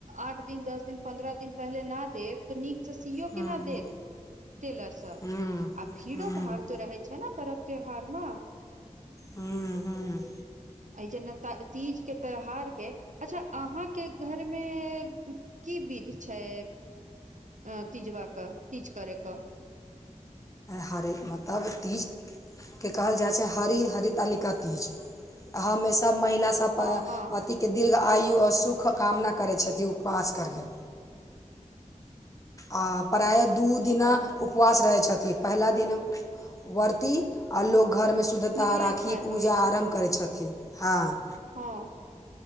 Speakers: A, on the right (about 70°); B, on the left (about 25°).
A: आठ दिन, दस दिन, पन्द्रह दिन पहिले ना देब, तऽ निक से सीओ
B: हूँ
A: के ना देत। टेलर सब
B: हूँ
A: आ भीड़ो-
B: हूँ
A: भाड़ तऽ रहे छै ने पर्व त्यौहार में।
B: हूँ हूँ
A: एहि जेना तीजके त्यौहारके, अच्छा अहाँके घर में की विध छै। अ तीजवा कऽ तीज करेके?
B: हरे मतलब तीज के कहल जाइ छै, हरि, हरित हरितालिका तीज। हमेशा महिला सब प-
A: हँ हँ
B: पति के दीर्घ आयु, आओर सुखके कामना करै छथिन, उपवास करिके। आ प्रायः
A: अच्छा
B: दू दिना उपवास रहै छथिन, पहिला दिन व्रती, आ लोक घर में शुद्धता
A: नहाय
B: राखी
A: खाय
B: पूजा
A: होइ छै
B: आरम्भ करै छथिन हं।
A: हँ।